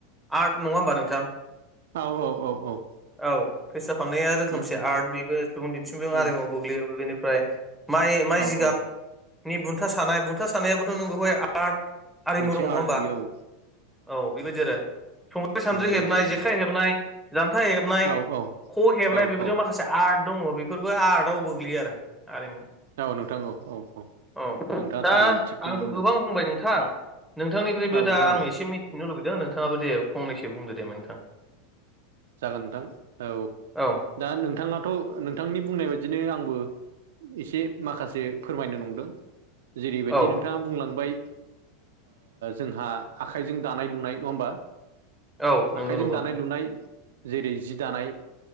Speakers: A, in the centre; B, on the right.
A: आर्ट नङा ओमबा नोंथां?
B: औ औ औ औ
A: औ फैसा फाननाया रोखोमसे
B: उम उम
A: आर्ट बेबो सुबुं दिन्थिबो
B: उम
A: आरिमाव गोग्लैयो बेनिफ्राय। माइ माइ
B: औ
A: जिगाबनि
B: औ
A: बुन्था सानाय बुन्था सानायाबोथ' नोंगौहाय आर्ट आरिमु
B: मोनसे
A: दं नङा
B: आर्ट
A: होमबा
B: बियो औ।
A: औ बेबायदि आरो संद्रि सानद्रि
B: नंगौ
A: हेबनाय
B: नंगौ नंगौ
A: जेखाइ हेबनाय जान्था हेबनाय
B: औ औौ
A: ख हेबनाय
B: औ
A: बेबदियाव
B: औ
A: माखासे आर्ट दंङो बेफोरबो आर्टआव गोग्लैयो आरो आरिमु
B: औ नोंथां औ औ औ
A: औ
B: नोंथाङा
A: दा
B: थारैनो थिगखौनो
A: आंथ'
B: बुंदों
A: गोबां बुंबाय नोंथां नोंथांनिफ्रायबो
B: औ
A: दा
B: नोंथां
A: आं
B: औ
A: एसे मिथि थथिनो लुबैदों नोंथांङाबो दे फंनैसो बुंदो दे नोंथां
B: जागोन नोंथां औ
A: औ
B: दा नोंथांङाथ' नोंथांनि बुंनाय बायदिनो आंबो एसे माखासे फोरमायनो नंदों जेरैबायदि
A: औ
B: नोंथांङा बुंलांबाय जोंहा आखाइजों दानाय लुनाय नङा होमबा
A: औ नंगौ
B: आखाइजों
A: नंगौ
B: दानाय लुनाय जेरै जि दानाय